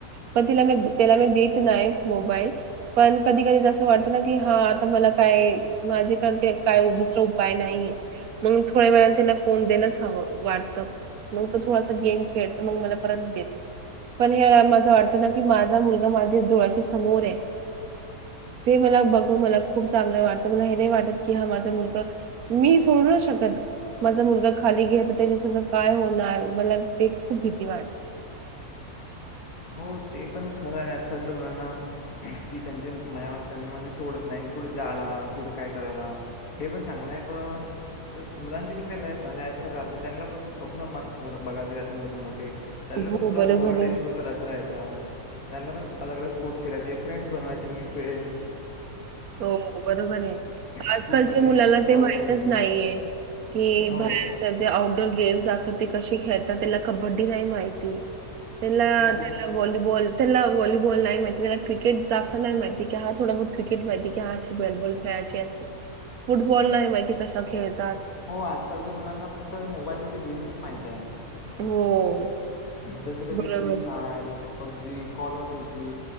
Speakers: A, on the right; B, on the left.
A: पण तिला त्याला म देत नाही मोबाईल पण कधी कधी ज वाट की हा आता मला काय माझ्याक काय दुसरा उपाय नाहीये मग थोड्या वेळाने त्याला फोन दलाच हवं वाटत मग तो थोडासा गेम खेळतो म मला परत देतो पण हे माझ वाटतं ना की माझा मुलगा माझ्या डोळ्याच्या समोर आहे ते मला बघून मला खूप चांगलं वाटतं मला हे नाही वाटत की हा माझा मुलग मी सोडूच शकत माझा मुलग खाली घे तर त्याच्यास काय होणार मला ते खूप भीती वाटते
B: हो ते पण खरं आहे आजकालचं मुलांना की त्यांचे मायाबाप त्यांना म्हणजे सोडत नाही कुठे जायला कुठं काय करायला हे पण चांगलं आहे पण तर मुलांची पण काय लायतसर राहते त्यांना पण स्वप्न मग बघायचंतं मोठे मोठे त्यांना
A: हो
B: पण थोडा
A: बरोबर
B: वर्ल्ड
A: आहे
B: एक्सप्लोर करायचा पण अलग अलग स्पोर्ट खेळायचे फ्रेड्स बवायचे न्यू फ्रें्स
A: हो बरोबर आहे आजकालच्या
B: स्कूलमध्ये
A: मुलांना ते
B: कॉलेजमध्ये
A: माहितच नाहीये की
B: हो
A: बाहे जे आउटडोर गेम्स असात ते कसे खेळ आता त्याला कबड्डी नाही माहिती त्याला
B: हो
A: त्याला भॉलबल त्याला वॉलीबॉल नाही माहिती त्याला क्रिकेट जास्त नाही माहिती की ह थों बुत क्रिकेट माहिती कशी बॅटबॉल खेळायची फुटबॉल नाही माहिती कसा खेळत
B: हो आजकालच्या मुलांना फक्त मोबाईल म गेम्स क मातीित आहे
A: हो,
B: जसं कधी
A: बरोबर.
B: फ्री Fire PUBG call of duty